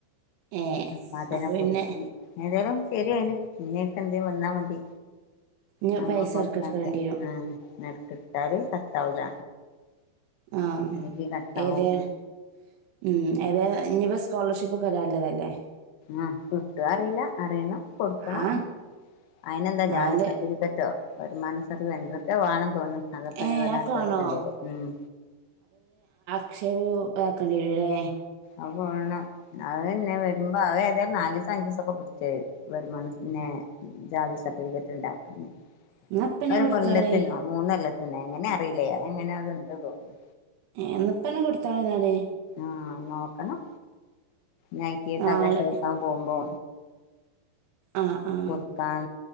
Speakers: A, on the right; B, on the left.
A: ഏ
B: പതന
A: അപ്പൊ
B: പൊതി
A: പിന്നെ
B: ഏതായ്ലും ശരിആയിണ് ഇഞ്ഞയക്ക്വന്നാ മതി
A: ഞാൻ
B: നമ്മൾ
A: പൈസ
B: കൊടുത്താക്കെ
A: ഇടക്കിടക്കിടേണ്ടി വരും
B: അ കിട്ടാതിം കട്ടാവൂല
A: ആ
B: അല്ലെങ്കി കട്ടാവും
A: ഏതായാലും മ് ഏതാ ഇന്നിപ്പോ സ്കോളർഷിപ്പ് വരാല്ലതല്ലേ
B: ആ കിട്ട്യോ അറിയില്ല അറിയണം കൊട്ക്കണം
A: ആ
B: അയിനന്താ
A: നാല്
B: ജാതി സർട്ടിഫിക്കറ്റോ വരുമാനസർട്ടി എന്തൊക്കെ വേണംന്ന് തോന്ന്ണ്. അതൊക്കെ
A: ഏ
B: ലെവലാക്കി
A: വേണോ
B: വെക്കണ്ട്യരും മ്
A: പക്ഷേ ഒരു ക്കണ്ട്യരും ലേ
B: അപ്പോ വാണം അഅന്നെ വരുമ്പോ അഅന്നെ നാലീസം അഞ്ചീസൊക്കെ പിടിച്ചെ വരുമാനസ നെ ജാതി സർട്ടിഫിക്കറ്റ് ഇണ്ടാക്കാന്
A: എന്നാൽ ഇപ്പം തന്നെ
B: ഒരു
A: കൊടുത്താളി
B: കൊല്ലത്തിനൊ മൂന്നല്ലൊത്ത് ന്നെ എങ്ങനെ അറീല്ലേ അഎങ്ങനെയ അത്ണ്ട് തോന്ന്
A: എന്നപ്പന്നെ കൊടുത്താളന്നാലേ
B: ആഹ് നോക്കണം നൈക്കീട്ട്
A: നാല്
B: അപേക്ഷ വെക്കാൻ പോകുമ്പോ
A: ആ ആ
B: കൊടുക്കാൻ